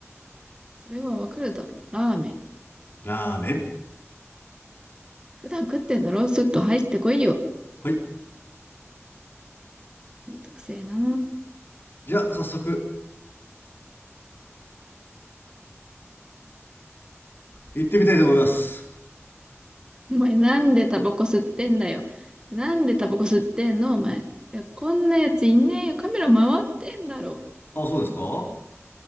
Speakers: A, on the right; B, on the left.
A: それはわかるだろ。ラーメン。
B: ラーメン
A: 普段食ってんだろスッと入ってこいよ。
B: はい
A: めんどくせえな。
B: じゃあ早速行ってみたいと思います
A: お前なんでタバコ吸ってんだよ。なんでタバコ吸ってんのお前。いや、こんなやついねえよ。カメラ回ってんだろ。
B: あそうですかこ